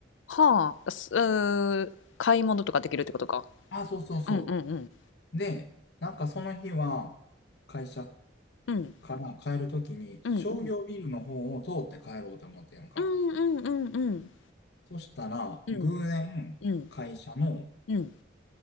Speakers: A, on the left; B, on the left.
A: はあ、すうー買い物とかできるってことか。
B: あ、そうそうそ
A: うんうんうん。
B: う。で、なんかその日は、会社
A: うん。
B: から帰るときに、商業ビルの方を通って帰ろうと思ってんやんか。
A: うんうん。うんうんうんうん。
B: そしたら、
A: うん
B: 偶然、
A: うん
B: 会社の
A: うん。